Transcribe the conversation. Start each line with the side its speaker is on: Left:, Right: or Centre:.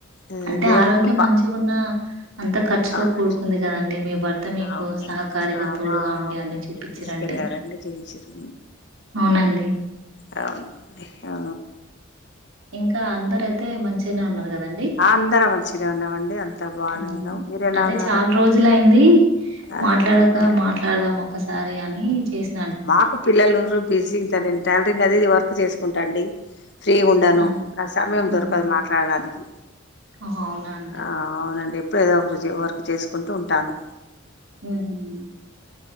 Left: ఆ,
Right: అంటే
Left: దేవుడి
Right: ఆరోగ్యం
Left: కృప
Right: మంచిగా ఉన్నా అంత ఖర్చుతో
Left: అవును
Right: కూడుకుంది కదండి మీ భర్త భర్త మీకు
Left: అవునండి
Right: సహకారిగా
Left: ఆ,
Right: తోడుగా
Left: మా-
Right: ఉండి
Left: అవునండి
Right: అన్ని చూపించిరంటే,
Left: తీసుకెళ్ళారండి చూయించిరు
Right: అవునండి
Left: అవునండి ఆ
Right: ఇంకా అందరు అయితే మంచిగానే ఉన్నారు కదండి
Left: ఆ అందరం మంచిగనే ఉన్నామండి అంతా బానే
Right: ది
Left: ఉన్నాం మీరు ఎలా
Right: అదే
Left: ఉన్నారు
Right: చాలా రోజులు అయింది,
Left: అదే
Right: మాట్లాడక
Left: అవునండి
Right: మాట్లాడదాం ఒక్కసారి అని చేస్త
Left: మాకు పిల్లలుండ్రు బిజింగ్ టైలరింగ్ అది వర్క్ చేసుకుంటండి ఫ్రీగా ఉండాను
Right: ఆహా!
Left: నాకు సమయం
Right: హుహు.
Left: దొరకదు మాట్లాడడానికి,
Right: ఓహో అవునా అండి
Left: ఆ అవునండి ఎప్పుడు ఏదో ఒకరి వర్క్ చేసుకుంటూ ఉంటాను
Right: ఉహు